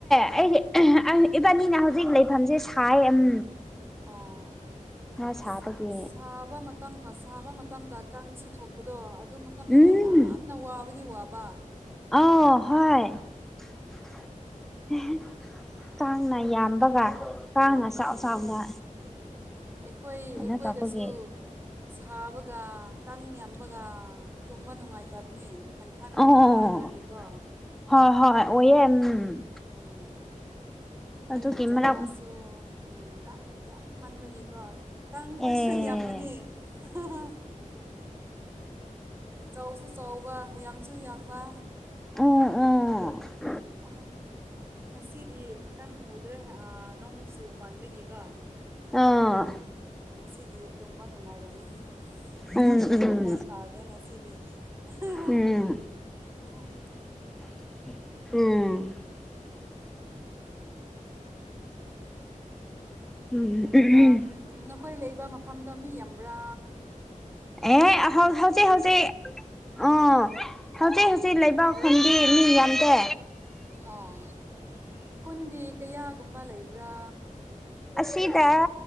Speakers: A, in the centre; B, on the right.
A: ꯑꯩꯒꯤ <unintelligible> ꯏꯕꯥꯅꯤꯅ ꯍꯧꯖꯤꯛ ꯂꯩꯐꯝꯁꯦ ꯁꯥꯏ ꯎꯝ
B: ꯑꯣ
A: ꯉꯥ
B: ꯑꯁ
A: ꯁꯥꯕꯒꯤ
B: ꯁꯥꯕ ꯃꯇꯝ ꯁꯥꯕ ꯃꯇꯝꯗ ꯀꯥꯡꯁꯨ ꯊꯣꯛꯄꯗꯣ ꯑꯗꯨ ꯃꯇꯝꯗꯗꯤ
A: ꯎꯝ
B: ꯌꯥꯝꯅ ꯋꯥꯕꯗꯤ ꯋꯥꯕ
A: ꯑꯣ ꯍꫭꯏ <unintelligible> ꯀꯥꯡꯅ ꯌꯥꯝꯕꯒ ꯀꯥꯡꯅ
B: ꯎꯝ
A: ꯆꯥꯎ ꯆꯥꯎꯅ
B: ꯑꯩꯈꯣꯏ
A: ꯀꯩꯅꯣ
B: ꯑꯩꯈꯣꯏꯗꯁꯨ
A: ꯇꯧꯕꯒꯤ
B: ꯁꯥꯕꯒ ꯀꯥꯡ ꯌꯥꯝꯕꯒ ꯇꯨꯝꯕ ꯅꯨꯡꯉꯥꯏꯇꯝꯅꯦ ꯈꯟꯈꯟꯒꯨꯝꯕ
A: ꯑꯣ
B: ꯍꯥꯞꯇ꯭ꯔꯗꯤꯀꯣ
A: ꯍꯣꯏ ꯍꯣꯏ ꯑꯣꯏꯌꯦ ꯎꯝ
B: ꯎꯝ ꯑꯩꯈꯣꯏꯒꯤ
A: ꯑꯗꯨꯒꯤ
B: ꯖꯒꯥꯁꯨ
A: ꯃꯔꯛ
B: ꯎꯝ ꯀꯥꯡ ꯌꯥꯝꯃꯟꯕꯒꯤꯀꯣ ꯀꯥꯡ ꯈꯣꯏꯁꯨ
A: ꯑꯦ
B: ꯌꯥꯝꯕꯅꯦ <unintelligible> ꯌꯥꯝꯁꯨ ꯆꯥꯎꯕ ꯌꯥꯝꯁꯨ ꯌꯥꯝꯕ
A: ꯎꯝ ꯎꯝ
B: <unintelligible> ꯉꯁꯤꯗꯤ ꯀꯥꯡ ꯎꯗ꯭ꯔꯦ ꯑ ꯅꯣꯡ ꯆꯨꯃꯟꯕꯒꯤꯀꯣ
A: ꯑꯥ
B: ꯉꯁꯤꯗꯤ ꯇꯨꯝꯕ ꯅꯨꯡꯉꯥꯏꯔꯅꯤ
A: ꯎꯝ
B: ꯀꯥꯡꯒꯤ
A: ꯎꯝ
B: ꯃꯈꯣꯟ ꯇꯥꯗꯦ ꯉꯁꯤꯗꯤ <unintelligible>
A: ꯎꯝ <unintelligible> ꯎꯝ
B: ꯑꯗꯨꯒ ꯅꯈꯣꯏ ꯂꯩꯕ ꯃꯐꯝꯗꯣ ꯃꯤ ꯌꯥꯝꯕ꯭ꯔ
A: ꯑꯦ ꯍꯧ ꯍꯧꯖꯤꯛ ꯍꯧꯖꯤꯛ ꯑ <unintelligible> ꯍꯧꯖꯤꯛ ꯍꯧꯖꯤꯛ ꯂꯩꯕ <unintelligible> ꯃꯐꯝꯗꯤ ꯃꯤ ꯌꯥꯝꯗꯦ
B: ꯑꯣ ꯈꯨꯟꯗꯤ ꯀꯌꯥꯒꯨꯝꯕ ꯂꯩꯕ꯭ꯔ
A: ꯑꯁꯤꯗ